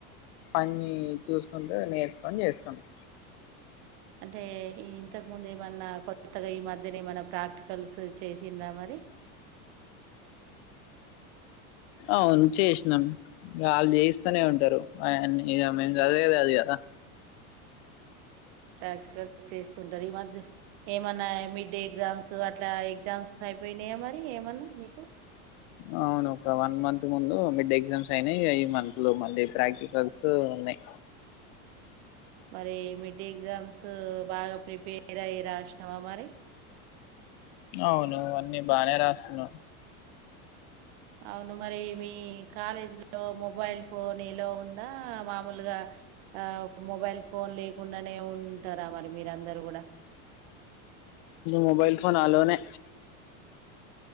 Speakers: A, on the left (about 50°); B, on the right (about 55°).
A: అన్ని చూసుకుంటూ నేర్చుకొని చేస్తాం మేం
B: అంటే ఈ ఇంతకు ముందు ఏమన్నా కొత్తగా ఈ మధ్యనే ఏమైన్నా ప్రాక్టికల్స్ చే చేసిలా మరి
A: అవును చేసినాం వాళ్ళు చేయిస్తూనే ఉంటారు అయన్నీ ఇగా మేము చదివెదే అది కాదా
B: ప్రాక్టికల్ చేస్తుంటారు ఈ మధ్య ఏమన్నా మిడ్ ఎగ్జామ్స్ అట్లా ఎగ్జామ్స్ అయిపోయి పోయినాయా మరి ఏమన్నా మీకు
A: అవును ఒక వన్ మంత్ ముందు మిడ్ ఎగ్జామ్స్ అయినాయి ఈ మంత్ లో మళ్ళీ ప్రాక్టికల్స్ ఉన్నాయి
B: మరి మిడ్డే ఎగ్జామ్స్ బాగా ప్రిపేర్ అయి రాసినవా మరి
A: అవును అన్నీ బానే రాస్తున్నా
B: అవును మరి మీ కాలేజీ లో మొబైల్ ఫోన్ ఎలో ఉందా మామూలుగా ఆ మొబైల్ ఫోన్ లేకుండానే ఉంటారా మరి మీరందరుూ కూడా
A: మొబైల్ ఫోన్ ఆలోనే